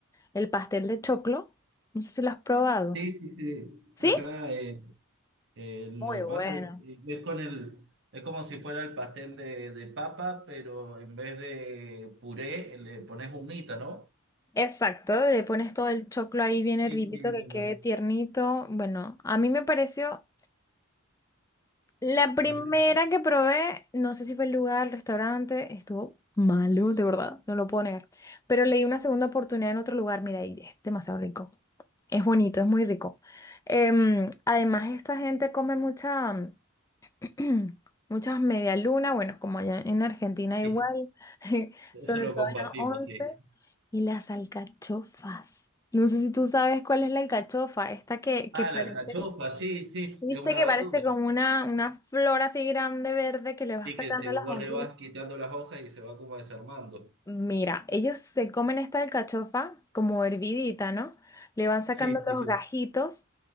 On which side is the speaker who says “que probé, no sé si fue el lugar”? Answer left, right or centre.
Left